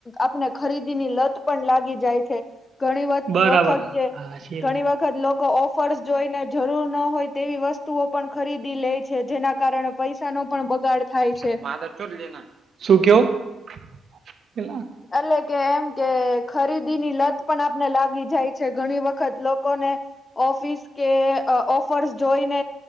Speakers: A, on the left; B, on the right.
A: આપણે ખરીદીની લત પણ લાગી જાય છે. ઘણી
B: બરાબર
A: વખત છે.
B: હા છે
A: ઘણી વખત લોકો ઓફર્સ જોઈને જરૂર ન હોય તેવી વસ્તુઓ પણ ખરીદી લે છે જેના કારણે પૈસાનો પણ બગાડ થાય
B: <unintelligible>
A: છે
B: શું કેયો?
A: એટલે કે, એમ કે ખરીદીની લત પણ આપણને લાગી જાય. છે ઘણી વખત લોકોને ઓફિસ કે ફરસ જોઈને